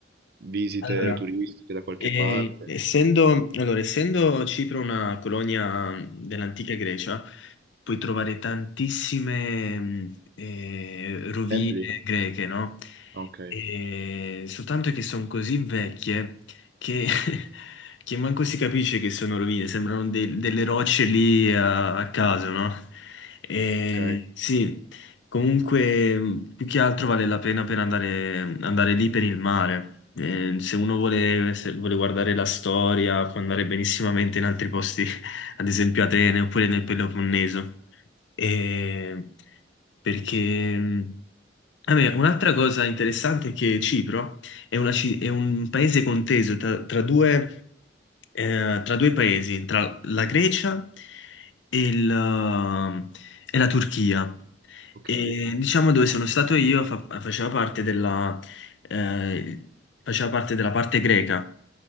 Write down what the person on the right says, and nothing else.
visite
turistiche da qualche
parte,
templi?
Ah, Ok,
ok,
ok.